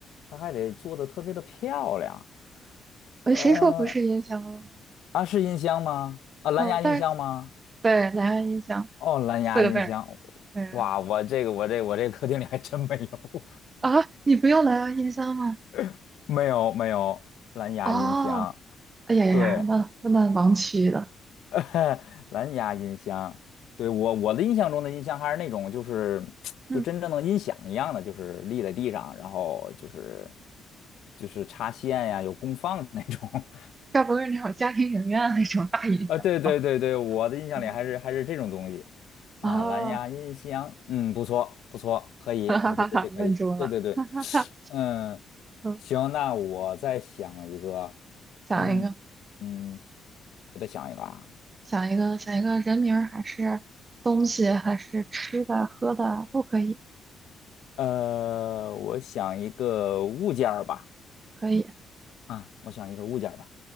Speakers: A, on the left; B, on the right.
A: 它还得做的特别的漂亮。
B: 呃，
A: 呃，
B: 谁说不是音箱了？
A: 啊，是音箱吗？啊，蓝牙音箱吗？
B: 哦，但是对，蓝牙音箱
A: 哦，蓝牙音箱。
B: 四个字儿，对啊，
A: 哇，我这个我这我这客厅里还真没有，
B: 啊你不用蓝牙音箱吗？
A: <laughs> 没有没有蓝牙音箱。
B: 哦，哎呀呀呀，
A: 对，
B: 那那盲区的，
A: <laughs> 蓝牙音箱，对，我我的印象中的音箱还是那种，就是就真正的音响一样的，
B: 嗯，
A: 就是立在地上，然后就是就是插线呀，有功放那种。<laughs>
B: 该不会是那种家庭影院那种大音响吧？
A: 啊，对对对对，我的印象里还是还是这种东西
B: 啊
A: 啊，
B: 啊，
A: 蓝牙音箱，嗯，不错不错，可以，
B: 哈哈哈哈，
A: 我觉得这可以。
B: 问住了，
A: 对对对，
B: 哈哈哈，
A: <sucks teeth> 嗯，
B: 嗯，
A: 行，那我再想一个，
B: 想一个，
A: 嗯嗯，我再想一个啊。
B: 想一个，想一个人名儿还是东西还是吃的喝的都可以，
A: 呃，我想一个物件儿吧，
B: 可以，
A: 啊，我想一个物件儿吧。